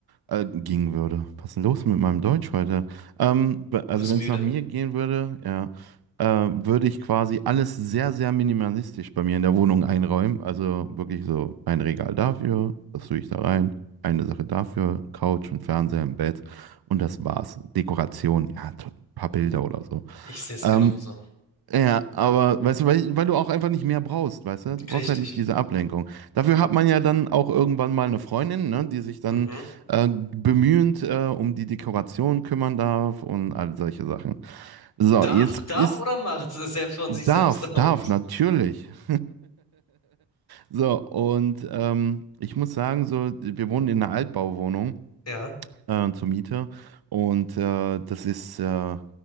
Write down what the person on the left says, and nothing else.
Du bist
müde.
Ich sehe es
genauso.
Richtig.
Mhm.
Darf,
darf
oder macht selbst von
sich selbst <laughs> auf.
Ja,